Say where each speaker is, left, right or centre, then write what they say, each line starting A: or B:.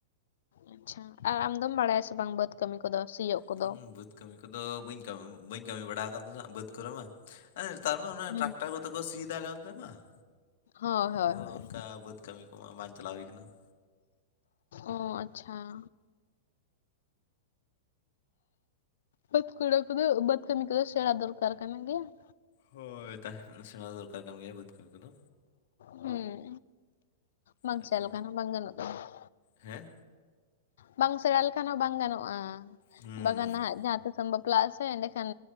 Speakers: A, on the left; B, on the left.
A: ᱟᱪᱪᱷᱟ ᱾ ᱟᱨ ᱟᱢᱫᱚᱢ ᱵᱟᱲᱟᱭᱟ ᱥᱮ ᱵᱟᱝ ᱵᱟᱹᱫᱽ ᱠᱟᱹᱢᱤ ᱠᱚᱫᱚ ᱥᱤᱭᱳᱜ ᱠᱚᱫᱚ?
B: ᱦᱩᱸ ᱵᱟᱹᱫᱽ ᱠᱟᱹᱢᱤ ᱠᱚᱫᱚ ᱵᱟᱹᱧ ᱠᱟᱹᱢᱤ ᱵᱟᱹᱧ ᱠᱟᱹᱢᱤ ᱵᱟᱲᱟ ᱟᱠᱟᱫᱟ ᱦᱟᱸᱜ ᱵᱟᱹᱫᱽ ᱠᱚᱨᱮ ᱢᱟ ᱱᱮᱛᱟᱨ ᱢᱟ
A: ᱦᱩᱸ,
B: ᱴᱨᱟᱠᱴᱟᱨ ᱠᱚᱛᱮ ᱠᱚ ᱥᱤ ᱫᱟ ᱟᱞᱮ ᱚᱱᱛᱮ ᱢᱟ ᱾
A: ᱦᱳᱭ
B: ᱟᱫᱚ
A: ᱦᱳᱭ ᱦᱳᱭ
B: ᱚᱱᱠᱟ ᱵᱟᱹᱫᱽ ᱠᱟᱹᱢᱤ ᱠᱚᱢᱟ ᱵᱟᱝ ᱪᱟᱞᱟᱣ ᱦᱩᱭ ᱠᱟᱱᱟ ᱾
A: ᱚ ᱟᱪᱪᱷᱟ ᱾ ᱵᱟᱹᱫᱽ ᱠᱩᱲᱟ ᱠᱚ ᱵᱟᱹᱫᱽ ᱠᱟᱹᱢᱤ ᱠᱚᱫᱚ ᱥᱮᱲᱟ ᱫᱚᱨᱠᱟᱨ ᱠᱟᱱᱟ ᱜᱮᱭᱟ ᱾
B: ᱦᱳᱭ ᱛᱟᱦᱮ ᱥᱮᱬᱟ ᱫᱚᱨᱠᱟᱨ ᱠᱟᱱ ᱜᱮᱭᱟ ᱵᱟᱹᱫᱽ ᱠᱟᱹᱢᱤ ᱠᱚᱫᱚ
A: ᱦᱩᱸ ᱵᱟᱝ
B: ᱟᱫᱚ
A: ᱥᱮᱱ ᱞᱮᱠᱷᱟᱱ ᱦᱚᱸ ᱵᱟᱝ ᱜᱟᱱᱚᱜ ᱠᱟᱱᱟ ᱾
B: ᱦᱮᱸ ᱾
A: ᱵᱟᱝ ᱥᱮᱬᱟ ᱞᱮᱠᱷᱟᱱ ᱦᱚᱸ ᱵᱟᱝ ᱜᱟᱱᱚᱜᱼᱟ
B: ᱦᱩᱸ
A: ᱵᱟᱜᱟᱱ ᱱᱟᱦᱜ ᱡᱟᱦᱟᱸ ᱛᱤᱥᱚᱢ ᱵᱟᱯ ᱵᱟᱯᱞᱟᱜ ᱟᱥᱮ ᱮᱸᱰᱮᱠᱷᱟᱱ